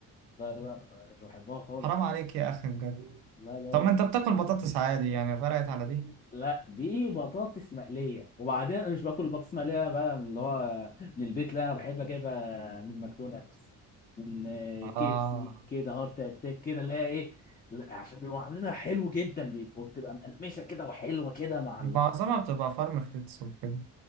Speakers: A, on the left; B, on the right.
A: لا لا لا مش بحبها خالص
B: حرام عليك يا اخي بجد
A: لا لا
B: طب
A: لا
B: ما انت بتاكل بطاطس عادي يعني فرقت على دي
A: لا دي بطاطس مقليه وبعدين انا مش باكل البطاطس المقليه بقى من اللي هو من البيت لا انا بحب اجيبها من ماكدونالدز من
B: اه
A: كي اف سي كده هارت اتاك كده اللي هي ايه لا، عشان بيبقوا عاملينها حلو جدا بيبقوا بتبقى مقرمشه كده وحلوه كده مع
B: معظمها
A: ال...
B: بتبقى فارم فريتس وكده